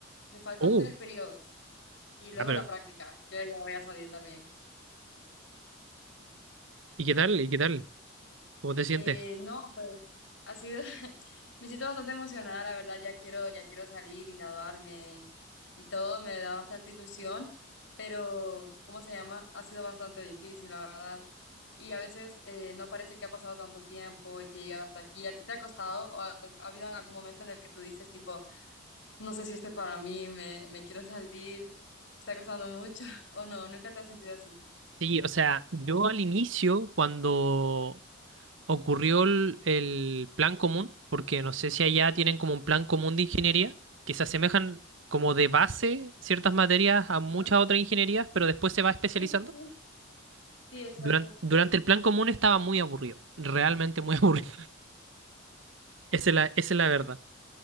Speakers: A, on the left; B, on the right.
A: me faltan
B: Uh,
A: tres periodos y luego
B: ah, pero,
A: la práctica. Yo ya voy a salir también.
B: ¿y qué tal? ¿Y qué tal? ¿Cómo te sientes?
A: Eh, no, pues ha sido, <laughs> me siento bastante emocionada, la verdad, ya quiero, ya quiero salir y graduarme y todo, me da bastante ilusión, pero, ¿cómo se llama? Ha sido bastante difícil, la verdad. Y a veces eh, no parece que ha pasado tanto tiempo y que he llegado hasta aquí. ¿A ti te ha costado o ha, ha habido algún momento en el que tú dices, tipo, no sé si esto es para mí, me, me quiero salir, está costando mucho <laughs> o no, nunca te has sentido así?
B: Sí, o sea, yo al inicio, cuando ocurrió el, el plan común, porque no sé si allá tienen como un plan común de ingeniería, que se asemejan como de base ciertas materias a muchas
A: ¿No?
B: otras ingenierías, pero después se va especializando.
A: Sí, sí, sí. Sí, exacto.
B: Duran- durante el plan común estaba muy aburrido, realmente muy <laughs> aburrido. Esa es la, esa es la verdad.